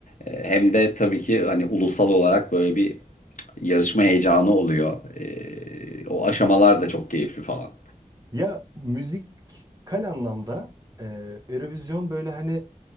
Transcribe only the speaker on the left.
E, hem de tabii ki hani ulusal olarak böyle bir yarışma heyecanı oluyor. E, o aşamalar da çok keyifli falan.